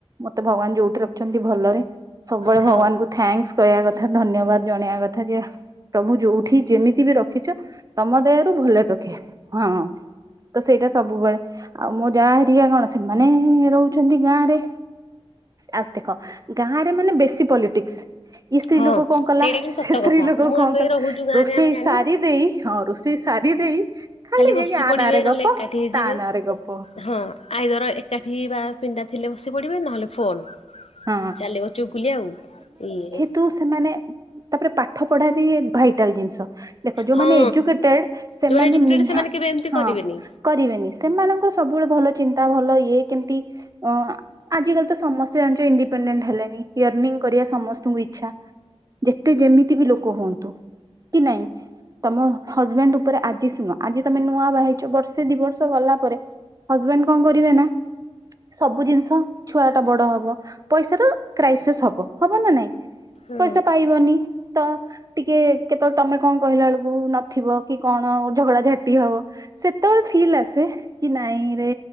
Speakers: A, on the right; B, on the left.
A: ମତେ ଭଗବାନ ଯୋଉଠି ରଖିଛନ୍ତି ଭଲରେ। ସବୁବେଳେ
B: ହଁ
A: ଭଗବାନଙ୍କୁ ଥ୍ୟାଙ୍କ୍ସ। କହିବା କଥା ଧନ୍ୟବାଦ ଜଣେଇବା କଥା ଯେ ପ୍ରଭୁ ଯୋଉଠି ଯେମିତି ବି ରଖିଛ ତମ ଦେହରୁ ଭଲରେ ରଖେ ହଁ ତ ସେଇଟା ସବୁବେଳେ। ଆଉ ମୁଁ ଯା ହେରିକା କଣ ସେମାନେ-ଏ-ଏ-ଏ ରହୁଛନ୍ତି ଗାଁ ରେ। ଆ ଦେଖ ଗାଁ ରେ ମାନେ ବେଶୀ ପଲିଟିକ୍ସ। ଇ ସ୍ତ୍ରୀ
B: ହଁ
A: ଲୋକ କଣ କଲା
B: ସେଇଟା କିନ୍ତୁ
A: ସେ
B: ସତ
A: ସ୍ତ୍ରୀ
B: କଥା
A: ଲୋକ
B: ମୁଁ
A: କଣ
B: ଆମେ
A: କଲା
B: ରହୁଛୁ ଗାଁରେ
A: ରୋଷେଇ
B: ଆମେ ଜାଣିନୁ
A: ସାରି ଦେଇ ହଁ ରୋଷେଇ ସାରି ଦେଇ ଖାଲି
B: ବସି
A: ଯାଇକି ଆ
B: ପଡିବେ
A: ନାଁରେ
B: ନହେଲେ
A: ଗପ
B: ଏକାଠି ହେଇଯିବେ
A: ତା ନାଁରେ ଗପ।
B: ହଁ ଆଇଦର ଏକାଠି ବା ପିଣ୍ଡା ଥିଲେ ବସି ପଡିବେ ନହେଲେ ଫୋନ।
A: ହଁ
B: ଚାଲିବ ଚୁଗୁଲୀ ଆଉ ଇଏ
A: କିନ୍ତୁ ସେମାନେ ତାପରେ ପାଠ ପଢା ବି ଭାଇଟାଲ ଜିନିଷ। ଦେଖ ଯୋଉମାନେ
B: ହଁ
A: ଏଜୁକେଟେଡ ସେମାନେ
B: ଯୋଉମାନେ ଏଜୁକେଟେଡ
A: ନିହା
B: ସେମାନେ କେବେ ଏମିତି
A: ହଁ
B: କରିବେନି
A: କରିବେନି ସେମାନଙ୍କର ସବୁବେଳେ ଭଲ ଚିନ୍ ତା ଭଲ ଇଏ କେମିତି ଅ ଆଜିକାଲି ତ ସମସ୍ତେ ଜାଣିଛ ଇଣ୍ଡିପେଣ୍ଡେଣ୍ଟ ହେଲେନି ୟର୍ନିଂ କରିବା ସମସ୍ତଙ୍କୁ ଇଛା। ଯେତେ ଯେମିତି ବି ଲୋକ ହୁଅନ୍ତୁ କି ନାଇଁ ତମ ହଜବେଣ୍ଡ ଉପରେ, ଆଜି ଶୁଣ ଆଜି ତମେ ନୂଆ ବାହା ହେଇଛ ବର୍ଷେ ଦି ବର୍ଷ ଗଲା ପରେ ହଜବେଣ୍ଡ କଣ କରିବେ ନା ସବୁ ଜିନିଷ ଛୁଆ ଟା ବଡ ହ ବ ପଇସାର କ୍ରାଇସେସ୍ ହବ ହବ ନା ନାଇଁ।
B: ହଁ
A: ପଇସା ପାଇବନି ତ ଟିକେ କେତେବେଳେ ତମେ କଣ କହିଲା ବେଳକୁ ନଥିବ କି କଣ ଝଗଡ଼ା ଝାଟି ହବ ସେତେବେଳେ ଫିଲ୍ ଆସେ କି ନାଇଁରେ